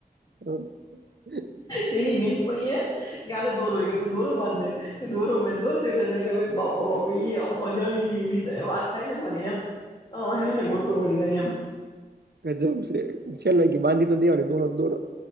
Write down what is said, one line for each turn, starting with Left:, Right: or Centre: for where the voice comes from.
Right: હમ
Left: તેની મેનપણી એ કલે દોરોય કે તું દોરો બાંધે દોરો મેો ચલે છેલે કો બા અજય વિ વાત થાય ને મારે એમય ને ગોટું વળી જાય એમ
Right: જવું છે છે ન બાંધી તો દેવાની દો દોર